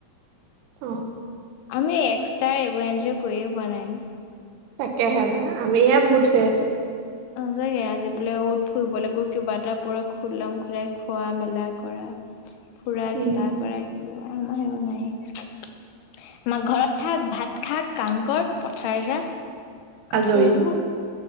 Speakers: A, on the right; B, on the left.
A: অ'।
B: আমি এক্সট্ৰাই এইবোৰ এনজয় কৰিয়ে পোৱা নাই ন?
A: তাকেহে পায় আমিহে ভূত হৈ আছোঁ।
B: সচাকে, আজি বোলে অ'ত ফুৰিবলে গৈ কিবা এটা পুৰা খুলম খোলাকে খোৱা-মেলা কৰা। ফুৰা
A: উম
B: কিবা কৰা কিবি কৰা আমাৰ সেইবোৰ নায়েই। আমাৰ ঘৰত থাক, ভাত খা, কাম কৰ, পথাৰ যা, কাপোৰ
A: আজৰি
B: ধো।